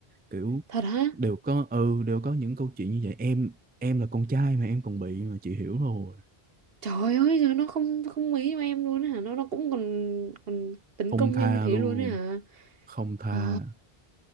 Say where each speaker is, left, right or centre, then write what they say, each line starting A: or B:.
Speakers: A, on the right; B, on the right.
A: kiểu
B: thật hả
A: đều có ừ đều có những câu chuyện như vậy em em là con trai mà em còn bị mà chị hiểu rồi
B: trời ơi giờ nó không không mấy cho em luôn ấy hả nó nó cũng còn còn tấn
A: không
B: công
A: tha
B: em như thế
A: luôn
B: luôn ấy hả
A: không tha
B: ờ